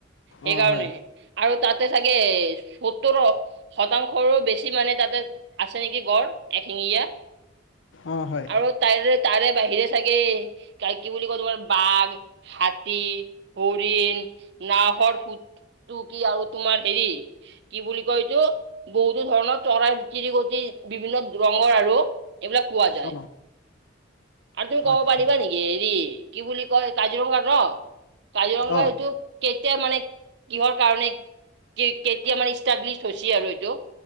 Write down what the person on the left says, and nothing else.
অঁ হয়
অঁ হয়
অঁ
আচ্ছা
অঁ